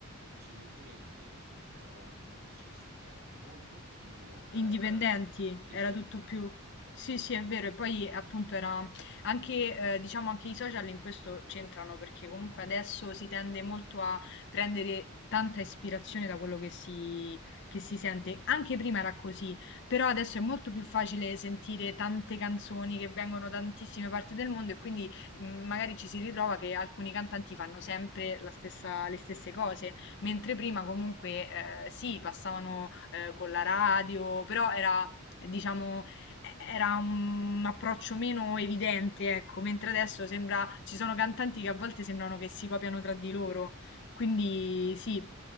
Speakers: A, on the right (about 45°); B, on the left (about 50°).
A: Precedentemente erano musicisti che erano molto più ehm,
B: Indipendenti,
A: determinati.
B: era tutto più. Sì, sì, è vero.
A: Mm.
B: E poi appunto era anche, eh, diciamo, anche i social in questo c'entrano perché comunque adesso si tende molto a prendere tanta ispirazione da quello che si, che si sente. Anche prima era così, però adesso è molto più facile sentire tante canzoni che vengono da tantissime parti del mondo e quindi mh, magari ci si ritrova che alcuni cantanti fanno sempre la stessa- le stesse cose mentre prima comunque eh, sì, passavano eh, con la radio, però era, diciamo, e- era un approccio meno evidente, ecco, mentre adesso sembra, ci sono cantanti che a volte sembrano che si copiano tra di loro, quindi sì,